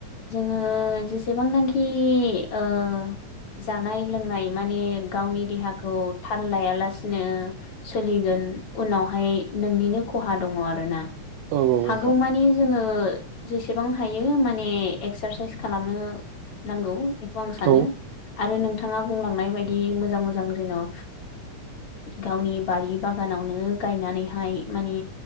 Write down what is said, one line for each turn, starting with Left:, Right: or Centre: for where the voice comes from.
Left: ओ जेसेबांनाखि ओ जानाय लोंनाय माने गावनि देहाखौ थाल लायालासिनो सोलिगोन उनावहाय नोंनिनो खहा दङ आरोना
Right: औ नोंथां
Left: हागौमानि जोङो जेसेबां हायो माने एक्सारसाइस खालामनो नांगौ बेखौ आं सानो।
Right: औ
Left: आरो नोंथाङा बुं लांनाय बायदि मोजां मोजां जेन' ओ गावनि बारि बागानावनो गायनानै <unintelligible> हाय माने